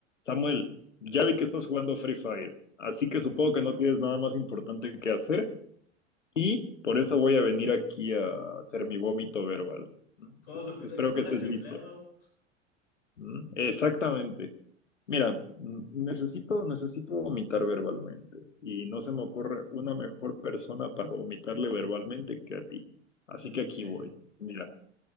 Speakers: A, on the left; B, on the left.
A: Samuel, ya vi que estás jugando Free Fire, así que supongo que no tienes nada más importante que hacer y por eso voy a venir aquí a hacer mi vómito verbal. ¿Mm?
B: ¿Cómo
A: Es-
B: supiste
A: Espero
B: que estaba
A: que estés
B: desempleado?
A: listo. ¿Mm? Exactamente. Mira, mm, necesito, necesito vomitar verbalmente y no se me ocurre una mejor persona para vomitarle verbalmente que a ti. Así
B: Ya entendí.
A: que aquí voy. Mira,